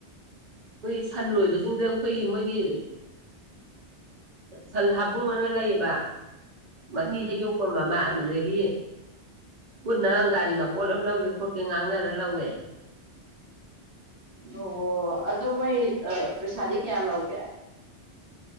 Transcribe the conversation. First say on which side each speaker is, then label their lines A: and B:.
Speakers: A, on the right (about 45°); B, on the right (about 65°).
A: ꯃꯣꯏ ꯁꯟ ꯂꯣꯏꯕꯁꯤꯡꯗ ꯈꯣꯏ ꯃꯣꯏꯒꯤ ꯁꯟ ꯍꯥꯕꯨꯡ ꯑꯅ ꯂꯩꯕ
B: ꯎꯝ
A: ꯃꯊꯤ ꯍꯩꯗꯣꯛꯄ ꯑꯃ ꯑꯗꯨꯗꯒꯤ ꯒꯤ ꯄꯨꯟꯅ ꯒꯥꯔꯤ ꯃꯄꯣꯠ ꯑꯃ ꯂꯧꯒꯦ ꯈꯣꯠꯀꯦ ꯉꯥꯡꯅꯔ ꯂꯧꯋꯦ
B: ꯗꯣꯑꯣ ꯑꯗꯣ ꯃꯣꯏ ꯑꯥ ꯄꯩꯁꯥꯗꯤ ꯀꯌꯥ ꯂꯧꯒꯦ